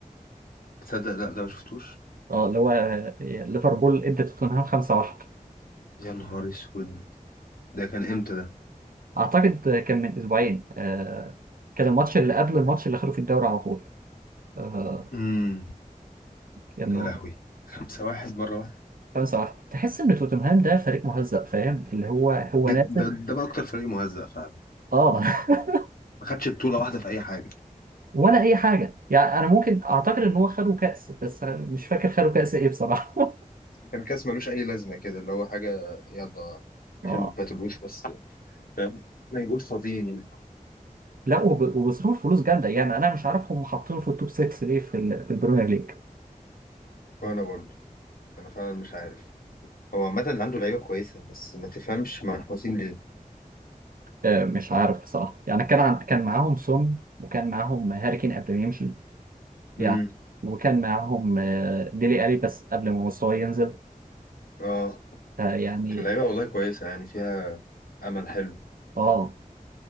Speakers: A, on the left; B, on the right.
A: تصدق لا ده ما شفتوش
B: اه اللي هو آه، ليفربول ادى توتنهام 5-1
A: يا نهار اسود ده كان امتى ده
B: اعتقد آه، كان من اسبوعين آه، كان الماتش اللي قبل الماتش اللي خدوا في الدوري على طول آه،
A: امم
B: كانوا
A: يا لهوي خمسة واحد مرة واحدة
B: 5-1 تحس ان توتنهام ده فريق مهزأ فاهم اللي هو هو
A: جد
B: نازل
A: ده, ده بقى اكتر فريق مهزأ فعلا
B: اه <laughs>
A: ما خدش بطولة واحدة في اي حاجة
B: ولا اي حاجه يعني انا ممكن اعتقد ان هو خدوا كاس بس أنا مش فاكر خدوا كاس ايه بصراحه <laughs>
A: كان كاس ملوش اي لازمه كده اللي هو حاجه يلا
B: اه
A: عشان ما تبقوش بس فاهم ما يبقوش فاضيين يعني
B: لا وب- وبصرف فلوس جامده يعني انا مش عارف هم حاطينه في التوب 6 ليه في ال- في البريمير ليج
A: وانا برضو انا فعلا مش عارف هو عامه اللي عنده لعيبه كويسه بس ما تفهمش منحوسين ليه
B: آه، مش عارف بصراحة يعني كان عن... كان معاهم سون وكان معاهم هاري كين قبل ما يمشي يعني
A: امم
B: وكان معاهم آه، ديلي ألي بس قبل ما مستواه ينزل
A: اه
B: فيعني
A: اللعيبه والله كويسه يعني فيها امل حلو
B: اه